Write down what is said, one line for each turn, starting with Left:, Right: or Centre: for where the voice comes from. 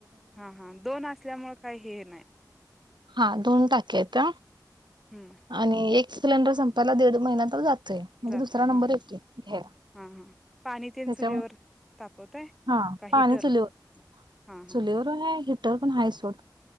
Centre: हा हा दोन असल्यामुळे काही हे नाही
Right: हा दोन टाक्या हायत
Centre: हम्म
Right: आणि एक सिलेंडर संपयला दीड महिन्या तर जातो म्हणजे
Centre: जातय
Right: दुसरा
Centre: हा
Right: नंबर
Centre: हा
Right: येतोय घ्या
Centre: हा हा पाणी तेन
Right: त्याच्या
Centre: चुलीवर
Right: मूळ
Centre: तापवताय
Right: हा
Centre: का
Right: पाणी
Centre: हिटर
Right: चुलीवर
Centre: हा हा
Right: चुलीवर र पण हाय सोड